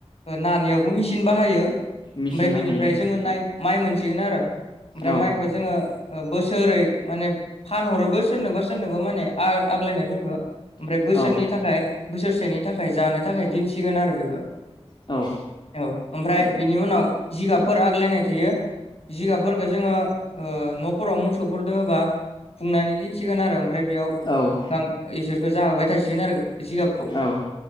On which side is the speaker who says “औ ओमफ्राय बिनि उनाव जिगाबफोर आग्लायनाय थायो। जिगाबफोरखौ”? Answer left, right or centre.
Left